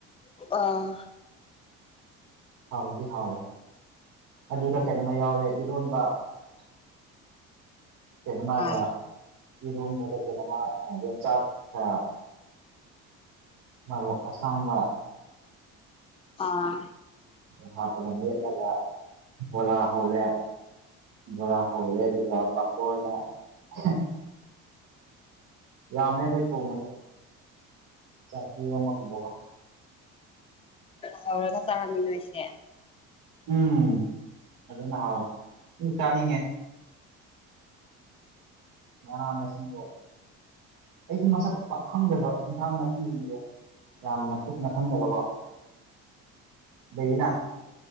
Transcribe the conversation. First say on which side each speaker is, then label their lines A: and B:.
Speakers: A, on the left (about 15°); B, on the right (about 65°).
A: ꯑꯥ
B: ꯍꯥꯎꯗꯤ ꯍꯥꯎꯋꯦ ꯑꯗꯨꯗ ꯀꯩꯅꯣꯝꯃ ꯌꯥꯎꯔꯦ ꯏꯔꯣꯟꯕ <inaudible> ꯀꯩꯅꯣꯃꯒ
A: ꯑꯥ
B: ꯏꯔꯣꯟꯕꯗ ꯀꯩꯅꯣꯃ ꯑꯥ ꯌꯣꯟꯆꯥꯛꯀ ꯃꯔꯣꯛ ꯑꯁꯥꯡꯕ
A: ꯑꯥ
B: ꯃ ꯍꯥꯛꯄꯒ ꯃꯦꯠꯂꯒ ꯕꯣꯔꯥ ꯍꯧꯔꯦ ꯕꯣꯔꯥ ꯍꯧꯔꯦ ꯑꯗꯨ ꯒ ꯄꯥꯐꯣꯔꯅ ꯑꯍꯦꯝ ꯌꯥꯝꯃꯦ ꯑꯩꯈꯣꯏ ꯊꯣꯡꯕꯗꯣ ꯆꯥꯐꯨ ꯑꯃꯒꯨꯝꯕ ꯀꯣ
A: ꯇꯧꯔꯒ ꯆꯥꯔꯝꯅꯤ ꯅꯣꯏꯁꯦ
B: ꯎꯝ ꯐꯖꯅ ꯍꯥꯎꯋꯦ ꯎꯝ ꯆꯥꯅꯤꯡꯉꯦ ꯃꯅꯥ ꯃꯁꯤꯡꯗꯣ ꯑꯩꯁꯨ ꯃꯁꯛ ꯄꯥꯛ ꯈꯪꯗꯕ ꯏꯟꯁꯥꯡ ꯅꯥꯄꯤꯁꯤꯡꯁꯦ ꯌꯥꯝꯅ ꯀꯨꯞꯅ ꯈꯪꯗꯕꯀꯣ ꯂꯩꯌꯦꯅ